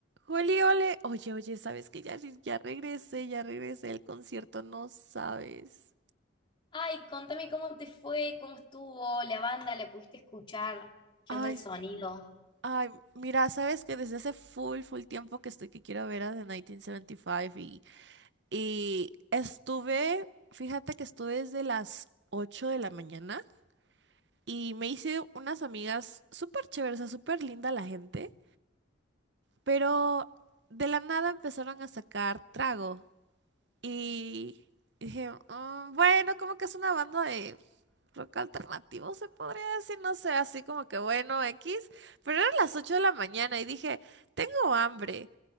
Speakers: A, on the right (about 60°); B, on the left (about 25°).
A: Juli, ole. Oye, oye, ¿sabes que ya, re- ya regresé, ya regresé del concierto? No sabes.
B: Ay, contame cómo te fue, cómo estuvo la banda, la pudiste escuchar, qué
A: Ay,
B: onda el
A: s-
B: sonido.
A: ay, mira, ¿sabes que desde hace full, full tiempo que estoy que quiero ver a The 1975 y, cinco y y estuve, fíjate que estuve desde las 8 de la mañana y me hice unas amigas súper chéveres, o sea, súper linda la gente, pero de la nada empezaron a sacar trago y dije, "Mm, bueno, como que es una banda de... rock alternativo, se podría decir, no sé, así como que bueno, X, pero eran las 8 de la mañana y dije, tengo hambre,